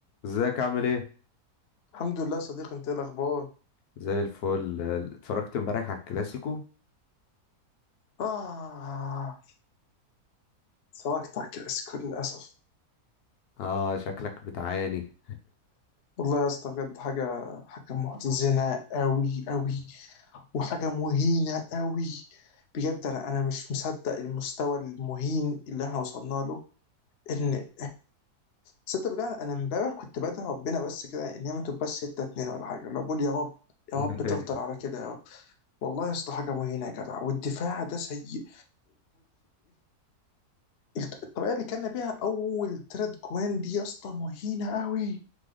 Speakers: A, on the left; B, on the left.
A: ازيك عامل ايه
B: الحمد لله صديقي انت ايه الاخبار
A: زي الفل اتفرجت امبارح على الكلاسيكو
B: اه سواقتك يا اسكو للاسف
A: اه شكلك بتعاني
B: والله يا اسطى بجد حاجه حاجه محزنه قوي قوي وحاجه مهينه قوي بجد انا انا مش مصدق المستوى المهين اللي احنا وصلنا له ان صدق بالله انا امبارح كنت بدعي ربنا بس كده ان هي ما تبقاش 6 2 ولا حاجه لو بقول يا رب
A: <laughs>
B: يا رب تفضل على كده يا رب والله يا اسطى حاجه مهينه يا جدع والدفاع ده سيء الط- الطريقه اللي كنا بيها اول تلات جوان دي يا اسطى مهينه قوي